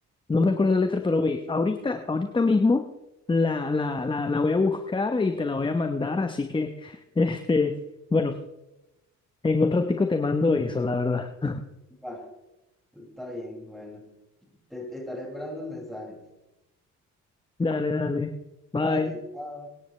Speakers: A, on the left; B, in the centre.
A: No me acuerdo la letra, pero güey, ahorita, ahorita mismo la, la, la, la voy a buscar y te la voy a mandar, así que, este, bueno, en un ratico te mando eso, la verdad. <laughs>
B: Va, está bien, bueno. Te, te estaré esperando el mensaje.
A: Dale, dale. Bye.
B: Dale, chao.